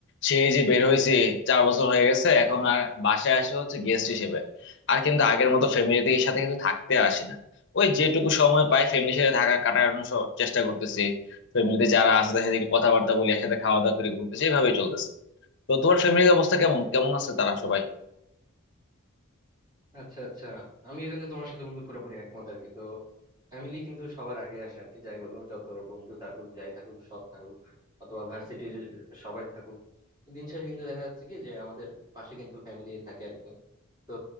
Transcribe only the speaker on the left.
সেই যে বের হয়েছি চার বছর হয়ে গেছে এখন আর বাসায় আসে হচ্ছে গেস্ট হিসেবে আর কিন্তু আগের মতো ফ্যামিলির সাথে কিন্তু থাকতে আর আসি না ওই যেটুকু সময় পাই ফ্যামিলির সাথে থাকা কাটানোর স- চেষ্টা করতেছি ফ্যামিলিতে যারা আছে তাদের সাথে একটু কথাবার্তা বলি একসাথে খাওয়া দাওয়া করে ঘুরতেছি এভাবেই চলতেছে তো তোমার ফ্যামিলির অবস্থা কেমন কেমন আছে তারা সবাই